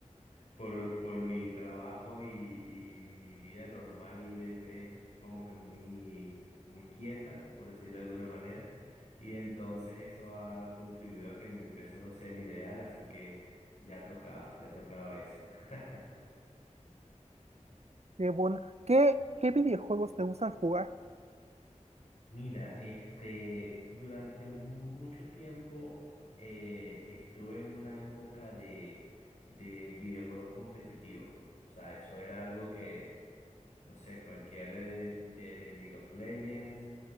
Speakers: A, on the left; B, on the right.
A: por, por mi trabajo y, y mi vida normal es, es como que muy, muy quieta, por decirlo de alguna manera, y entonces eso ha contribuido a que mi peso no sea el ideal, así que ya tocaba, ya tocaba eso. <laughs>
B: Qué bueno. ¿Qué, qué videojuegos te gustan jugar?
A: Mira, este, durante mu- mucho tiempo eh, estuve en una época de, de videojuegos competitivos. O sea, eso era algo que, no sé, cualquier eh, de, de League of Legends